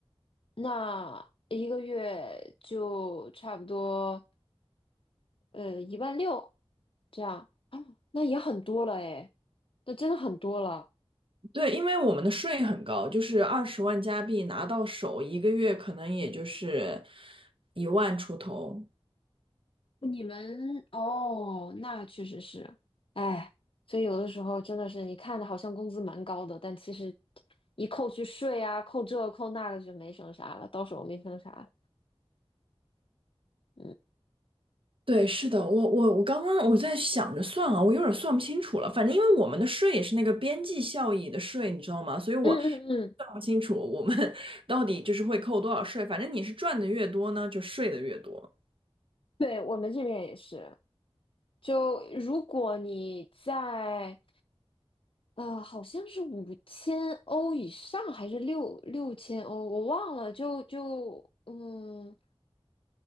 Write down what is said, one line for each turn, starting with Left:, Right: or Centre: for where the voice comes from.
Left: 那一个月就差不多呃一万六这样啊，那也很多了诶，那真的很多了。
Right: 对，因为我们的税很高，就是二十万加币拿到手，一个月可能也就是一万出头。
Left: 你们哦，那确实是，哎，所以有的时候真的是，你看的好像工资蛮高的，但其实一扣去税啊，扣这扣那个就没剩啥了，到手没剩啥了嗯
Right: 对，是的，我我我刚刚我在想着算啊，我有点算不清楚了。反正因为我们的税也是那个边际效益的税，你知道吗？所以我
Left: 嗯嗯嗯，
Right: 算不清楚我们 <laughs> 到底就是会扣多少税。反正你是赚的越多呢，就税的越多。
Left: 对，我们这边也是。就如果你在，呃，好像是五千欧以上还是六六千欧，我忘了。就就嗯，